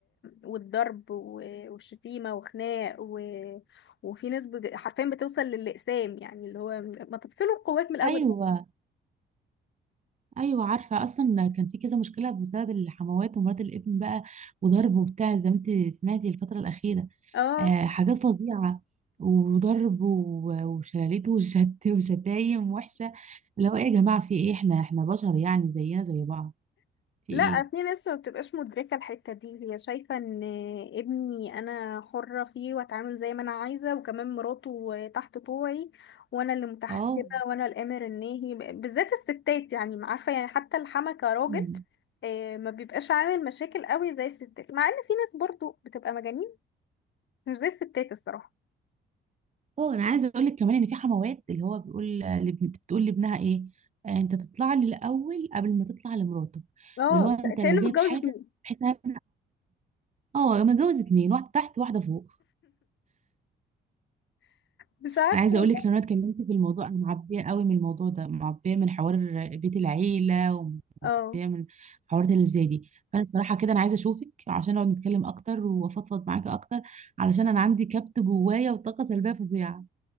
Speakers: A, on the left; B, on the right.
A: والضرب و... والشتيمة وخناق و... وفي ناس بج... حرفيا بتوصل للإقسام يعني اللي هو ما تفصلوا القوات من الأول
B: أيوه ايوه عارفه اصلا كان في كذا مشكله بسبب الحموات ومرات الابن بقى وضرب وبتاع زي ما انت سمعتي الفتره الاخيره
A: اه
B: آه حاجات فظيعه وضرب و- وشلاليت وشت <laughs> وشتايم وحشه اللي هو ايه يا جماعه في ايه احنا احنا بشر يعني زينا زي بعض
A: لا
B: في ايه
A: في ناس ما بتبقاش مدركة الحتة دي هي شايفة ان ابني انا حرة فيه واتعامل زي ما انا عايزة وكمان مراته تحت طوعي وانا اللي متحكمة
B: اه
A: وانا الامر الناهي بالذات الستات يعني ما عارفة يعني حتى الحما كراجل
B: مم.
A: آه، ما بيبقاش عامل مشاكل قوي زي الستات مع ان في ناس برضو بتبقى مجانين مش زي الستات الصراحة
B: اه انا عايزه اقول لك كمان ان في حموات اللي هو بيقول لابن- بتقول لابنها ايه آه انت تطلع لي الاول قبل ما تطلع لمراتك
A: اه
B: اللي هو انت
A: ك- كأنه
B: لو جايب
A: متجوز
B: حاجه
A: اتنين
B: بحيث انا اه متجوز اتنين واحده تحت واحده فوق
A: مش عارفة
B: انا عايزه
A: والله
B: اقول لك لو انا اتكلمت في الموضوع انا معبيه قوي من الموضوع ده معبيه من حوار بيت العيله ومعبيه
A: اه
B: من حوارات اللي زي دي فانا بصراحه كده انا عايزه اشوفك عشان نقعد نتكلم اكتر وافضفض معاكي اكتر علشان انا عندي كبت جوايا وطاقه سلبيه فظيعه